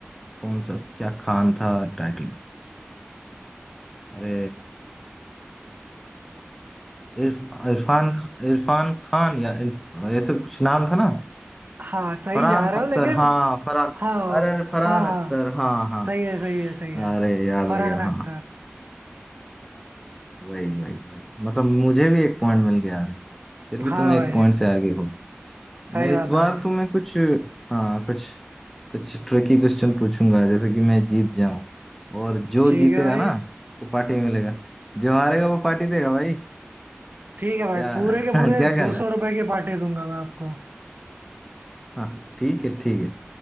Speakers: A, in the centre; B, on the right (about 45°).
A: कौन सा क्या खान था टाइटल अरे इरफ, इरफान ख- इरफान खान या इन- ऐसे कुछ नाम था ना
B: हाँ सही
A: फरहान
B: जा रहा हूँ
A: अख्तर
B: लेकिन
A: हाँ फरहान
B: हाँ
A: अरे अरे फरहान
B: हाँ हाँ
A: अख्तर हाँ हाँ
B: सही है सही है सही है
A: अरे याद
B: फरहान
A: आ गया हाँ
B: अख्तर
A: वही वही वही मतलब मुझे भी एक पॉइंट मिल गया अरे फिर भी
B: हाँ
A: तुम एक
B: भाई
A: पॉइंट से आगे हो
B: सही
A: मैं इस
B: बात
A: बार
B: है भाई
A: तुम्हें कुछ हाँ कुछ कुछ ट्रिकी क्वेश्चन पूछूंगा जैसे कि मैं जीत जाऊं और जो
B: ठीक
A: जीतेगा
B: है भाई
A: ना उसको पार्टी मिलेगा जो हारेगा वो पार्टी देगा भाई
B: ठीक है भाई
A: क्या
B: पूरे के
A: <laughs>
B: पूरे
A: क्या कहना
B: दो
A: है
B: सौ रुपए के पार्टी दूंगा मैं आपको
A: हाँ ठीक है ठीक है